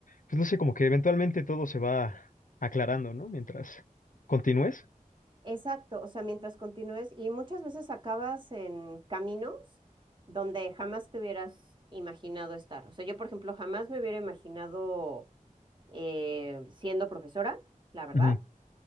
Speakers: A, on the left; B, on the right.
A: pues no sé, como que eventualmente todo se va aclarando, ¿no? Mientras continúes.
B: Exacto, o sea, mientras continúes y muchas veces acabas en caminos donde jamás te hubieras imaginado estar. O sea, yo, por ejemplo, jamás me hubiera imaginado eh, siendo profesora, la verdad.
A: Ujú.